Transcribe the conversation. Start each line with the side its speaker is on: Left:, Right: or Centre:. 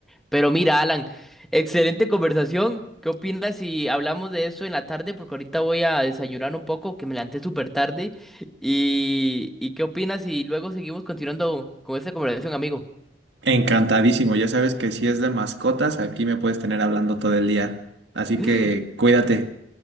Centre: Pero mira, Alan, excelente conversación. ¿Qué opinas si hablamos de eso en la tarde? Porque ahorita voy a desayunar un poco, que me levanté súper tarde. ¿Y, y qué opinas si luego seguimos continuando con esta conversación, amigo?
Right: Encantadísimo, ya sabes que si es de mascotas, aquí me puedes tener hablando todo el día. Así
Centre: <laughs>
Right: que cuídate.